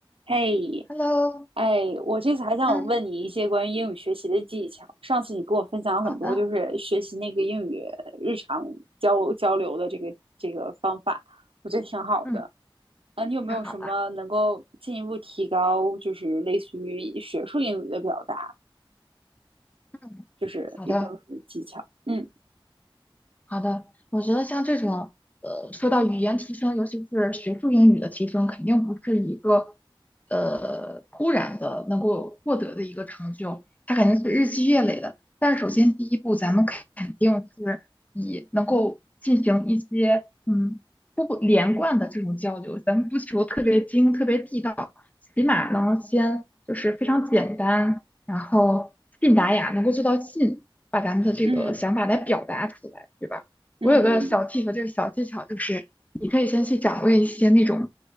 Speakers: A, on the right; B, on the left.
A: 嘿，
B: Hello，
A: 哎，我这次还想问你一些关于英语学习的技巧。
B: 嗯，
A: 上次你给我分享了很多，
B: 好的，
A: 就是学习那个英语日常交交流的这个这个方法，我觉得挺好的。
B: 嗯，
A: 啊，你有没有什么能够进一步提高，
B: 太好了，
A: 就是类似于学术英语的表达，
B: 嗯，
A: 就是有没有什么技巧？
B: 好的，
A: 嗯
B: 好的。我觉得像这种，呃，说到语言提升，尤其是学术英语的提升，肯定不是一个，呃，突然的能够获得的一个成就，它肯定是日积月累的。但是首先第一步，咱们肯肯定是以能够进行一些，嗯，不连贯的这种交流，咱们不求特别精、特别地道。起码能先就是非常简单，然后信达雅能够做到信，把咱们的这个想法来表达出来，
A: 嗯
B: 对吧？
A: 嗯，
B: 我有个小 tip，这个小技巧就是，你可以先去掌握一些那种